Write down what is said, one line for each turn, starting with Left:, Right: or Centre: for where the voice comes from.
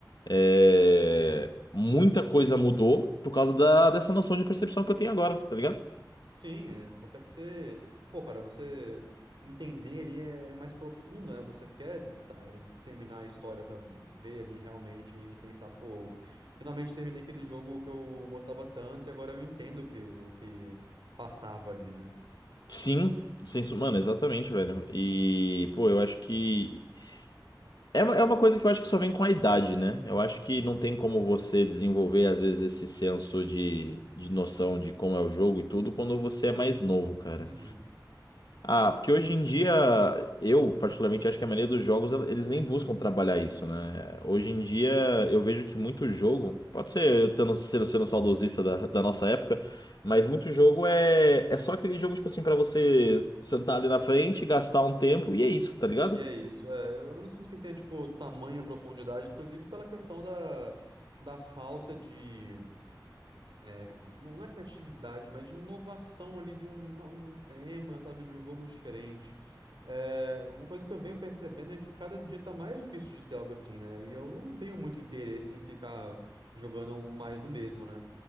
Left: é, muita coisa mudou por causa da, dessa noção de percepção que eu tenho agora, tá ligado?
Right: Sim, é, consegue ser. Pô, cara, você entender ali é é mais profundo, né? Você quer tá, terminar a história pra ver ali realmente e pensar, pô, finalmente terminei aquele jogo que eu gostava tanto e agora eu entendo o que, o que passava ali, né?
Left: Sim, sem, som- mano, exatamente, velho. E, pô, eu acho que É uma é uma coisa que eu acho que só vem com a idade, né? Eu acho que não tem como você desenvolver, às vezes, esse senso de, de noção de como é o jogo e tudo quando você é mais novo, cara.
Right: Uhum.
Left: Ah, porque hoje em dia, eu particularmente acho que a maioria dos jogos, el- eles nem buscam trabalhar isso, né? Hoje em dia, eu vejo que muito jogo, pode ser eu tendo, sendo, sendo saudosista da, da nossa época, mas muito jogo é, é só aquele jogo, tipo assim, pra você sentar ali na frente, gastar um tempo e é isso, tá ligado?
Right: E é isso. É, eu eu não sinto que tenha, tipo, tamanha profundidade, inclusive pela questão da, da falta de. é, não não é criatividade, mas de inovação ali de um, não- de um tema, sabe, de um jogo diferente. É, uma coisa que eu venho percebendo é que cada dia tá mais difícil de ter algo assim, né? E eu não tenho muito interesse em ficar jogando mais do mesmo, né?